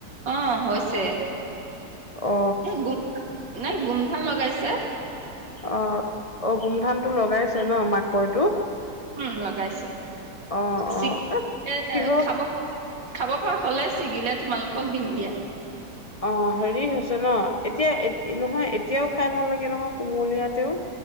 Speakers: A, on the right; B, on the left.
A: অহ, হৈছে।
B: অ
A: গুম নাই গোমধান লগা গাইছে।
B: অ', অ', গোমধানতো লগাইছে ন' মাকৈটো?
A: উম, লগাইছে,
B: অ অ
A: চিক এ
B: কিহৰ
A: খাব। খাব পৰা হ'লে ছিগিলে তোমালোকক দিম দিয়া।
B: অ', হেৰি হৈছে ন' এতিয়া এতিয়া নহয় এতিয়াওঁ খাই ভাল লাগে নহয় কুমলীয়াতেওঁ।